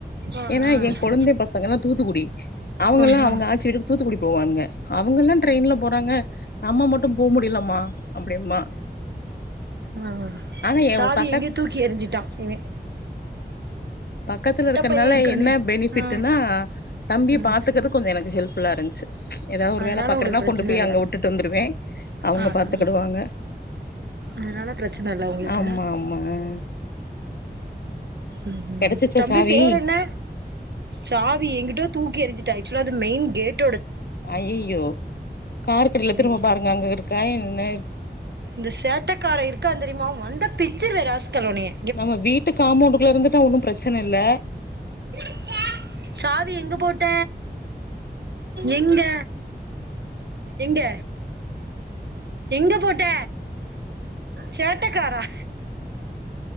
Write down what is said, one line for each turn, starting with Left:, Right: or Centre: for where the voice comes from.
Right: ஆ
Left: ஏனா ஏ கொழுந்தே பசங்கல்லா தூத்துக்குடி அவுங்கல்லா
Right: ஆ
Left: அவுங்க
Right: ஆ
Left: ஆச்சி வீட்டுக் தூத்துக்குடி போவ்வாங்க அவுங்கல்லா ரெயின்ல போறாங்க நம்ம மட்டு போ முடியலாமா அப்டிம்பா
Right: ஆ
Left: ஆனா எ
Right: சாவி
Left: பக்கத்து
Right: எங்கேயோ தூக்கி எரிஞ்சிட்டா இவே
Left: பக்கத்துல இருக்கறனால
Right: பைய இருக்கானே
Left: என்ன பெனிஃபிட்டுனா
Right: ஆ
Left: தம்பிய
Right: ம்
Left: பாத்துக் அது கொஞ்சோ எனக்கு ஹெல்ப் ஃபுல்லா இருந்துச்சி ஏதாவது ஒரு
Right: அதனால
Left: வேலை பாக்குறேன்னா
Right: உங்களுக்கு பிரச்சன
Left: கொண்டு போய்
Right: இல்ல
Left: அங்க விட்டுட்டு வந்துருவே அவங்க
Right: ஆ
Left: பாத்துக்கிடுவாங்க
Right: ஆ அதனால பிரச்சனை இல்ல உங்களுக்கு
Left: ஆமா
Right: என்ன
Left: ஆமா
Right: ம் ம்
Left: கெடச்சிச்சா
Right: தம்பி
Left: சாவி
Right: பேர் என்ன சாவீ எங்குட்டோ தூக்கி எறிஞ்சிட்டா ஆக்சுவலா அது மெயின் கேட்
Left: அய்யய்யோ கார்கடில
Right: தி
Left: திரும்ப பாருங்க அங்க இருக்கா என்ன
Right: இந்த சேட்டக்காரே இருக்கா தெரியுமா வந்த பிச்சுருவே ராஸ்கேல் உன்னய
Left: நம்ம வீட்டு காம்பவுண்டுக்குள்ள இருந்துட்டா ஒன்னு பிரச்சனை இல்ல
Right: <inaudible> சாவி எங்க போட்ட எங்க எங்க எங்க போட்ட சேட்ட காரா